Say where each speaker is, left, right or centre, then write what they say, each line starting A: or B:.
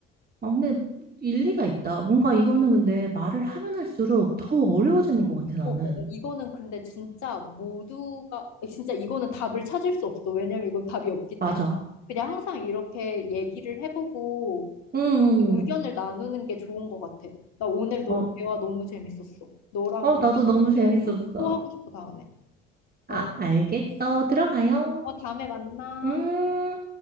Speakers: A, on the right; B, on the left.
A: 아, 근데 일리가 있다. 뭔가 이거는 근데 말을 하면 할수록 더 어려워지는
B: 어,
A: 것 같아, 나는.
B: 어, 맞아. 이거는 근데 진짜 모두가, 진짜 이거는 답을 찾을 수 없어. 왜냐면 이건 답이 없기
A: 맞아.
B: 때문에. 그냥 항상 이렇게 얘기를 해보고
A: 응,
B: 의견을
A: 응,
B: 나누는 게 좋은 것 같아. 나 오늘 너,
A: 응. 어,
B: 대화 너무 재밌었어. 너랑
A: 어,
B: 이
A: 나도 너무 재밌었어.
B: 대화 또, 또 하고 싶어, 다음에. 어,
A: 아, 알겠어. 들어가요.
B: 어, 다음에 만나.
A: 음.